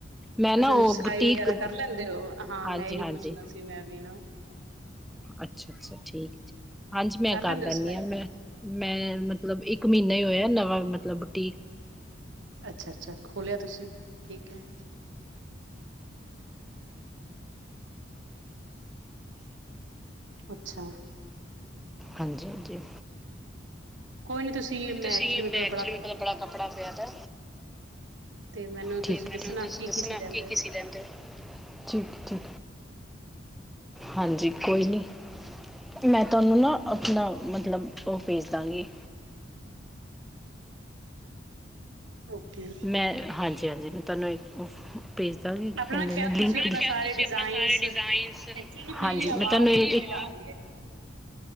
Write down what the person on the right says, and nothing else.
ਅੱਛਾ, ਤੁਸੀਂ
ਸਿਲਾਈ
ਵਗੈਰਾ ਕਰ ਲੈਂਦੇ ਹੋ, ਹਾਂ
ਮੈਂ ਹੀ
ਪੁੱਛਣਾ ਸੀ, ਮੈਂ ਵੀ ਨਾ।
ਲੈਂਦੇ
ਹੋ ਸਿਲਾਈ?
ਅੱਛਾ, ਅੱਛਾ ਖੋਲ੍ਹਿਆ, ਤੁਸੀਂ ਠੀਕ ਹੈ। ਅੱਛਾ।
ਕੋਈ ਨੀ ਤੁਸੀਂ ਮੈਂ
ਮੇਰੇ ਕੋਲ
ਤੇ ਮੈਨੂੰ
ਤੁਸੀਂ
ਦੱਸਣਾ
ਕੀ-ਕੀ
ਸੀ ਲੈਂਦੇ
ਹੋ?
ਓਕੇ
ਆਪਣਾ
ਤੁਸੀਂ
ਆਪਣਾ ਸਾਰੇ ਡਿਜ਼ ਡਿਜ਼ਾਈਨਸ,
ਐਕਚੁਲੀ ਮੇਰੀ
ਆਵਾਜ਼
ਰਪੀਟ
ਆ ਰਹੀ ਹੈ।